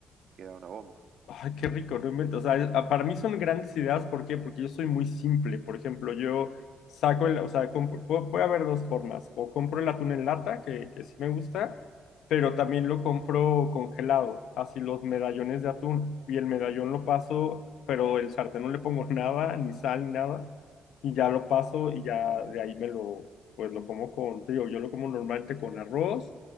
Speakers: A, on the right; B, on the left.
A: queda una bomba.
B: Ay, qué rico, no invento. O sea, a- para mí son grandes ideas. ¿Por qué? Porque yo soy muy simple. Por ejemplo, yo saco el, o sea, compro- pu- puede haber dos formas. O compro el atún en lata, que, que sí me gusta, pero también lo compro congelado. Así los medallones de atún. Y el medallón lo paso, pero el sartén no le pongo <laughs> nada, ni sal, ni nada. Y ya lo paso y ya de ahí me lo, pues lo como con, te digo, yo lo como normalmente con arroz